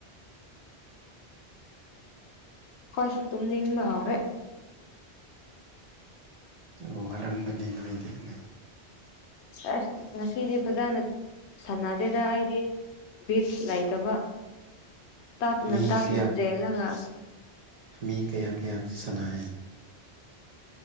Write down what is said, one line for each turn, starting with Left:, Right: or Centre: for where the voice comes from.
Left: ꯍꯣꯏ ꯁ ꯇꯨꯝꯅꯤꯡꯕ ꯍꯧꯥꯎꯔꯦ
Right: ꯑꯩꯕꯨ ꯋꯥꯔꯝꯒꯅꯤ ꯅꯣꯏꯗꯤꯉ
Left: ꯑꯁ ꯉꯁꯤꯗꯤ ꯐꯖꯅ ꯁꯥꯟꯅꯗꯦꯗ ꯑꯩꯗꯤ ꯕꯤꯠ ꯂꯩꯇꯕ ꯇꯥꯞꯅ
Right: ꯃꯤ
Left: ꯇꯥꯞꯅ
Right: ꯀꯌꯥ
Left: ꯆꯦꯜꯂꯒ
Right: ꯃꯤ ꯀꯌꯥ ꯀꯌꯥ ꯁꯥꯟꯅꯦ